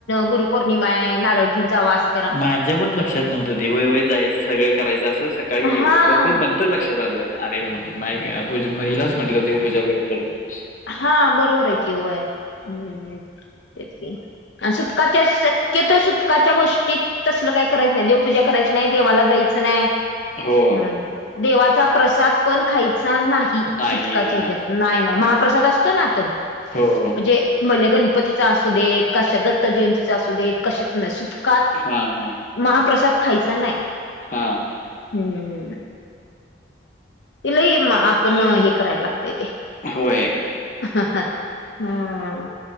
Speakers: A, on the left; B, on the left.
A: गुरुपौर्णिमा आहे, नारळ घेऊन जावा असं.
B: माझ्या पण लक्षात नव्हतं ते वय होय जायचं सगळं करायचं असं सकाळी
A: हा
B: हे होतं पण ते, तर लक्षात आलं अरे म्ह नाही पूजा हलाच म्हटलं देवपूजा वगैरे करू नकोस.
A: हा बरोबर आहे की होय, हम्म तेच की सुटकाच्या शक्यतो सुटकाच्या गोष्टीत तसलं काय करायचं नाही, देवपूजा करायची नाही देवाला जायचं नाही.
B: हो
A: हम्म देवाचा प्रसाद पण खायचा नाही. कि
B: नाही
A: सुटकाचेत
B: हा
A: नाही नाही
B: हा.
A: महाप्रसाद असतो ना तो म्हणजे,
B: हो
A: भले गणपतीचा असू देत कशा दत्त जयंतीचा असू देत कशाचा नाय सुतका
B: हा हा
A: महाप्रसाद खायचा नाही
B: हा हा
A: हम्म ती लय आपण हे करायला लागतंय.
B: होय
A: ह ह हम्म